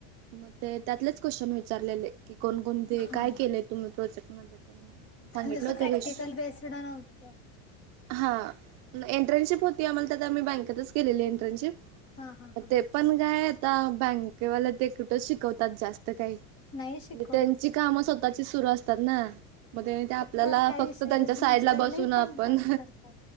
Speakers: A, on the right; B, on the left.
A: म ते त्यातलेच क्वेशन विचारलेले की कोणकोणते
B: हा
A: काय केलेय तुम्ही प्रोजेक्ट मध्ये तेण म्हणून सांगितलं
B: जसं
A: होतें
B: प्रॅक्टिकल
A: रेश
B: बेस्ड <inaudible>
A: हा एंटर्नशिप होती आम्हाला त्यात आम्ही बँकेतच केलेली एंटर्नशिप
B: हा हा
A: म
B: हा
A: ते पण काय आता बँकेवाल्या ते कुट काय शिकवतात जास्त काय म्हणजे
B: नाही शिकवत
A: त्यांची काम स्वतःची सुरू अस तात ना म त्यांनी ते आपल्याला
B: तर काय
A: फक्त
B: विषयच
A: त्यांच्या साईड
B: नसतोय
A: ला बसून
B: लई
A: आपण
B: टाइमपास करतात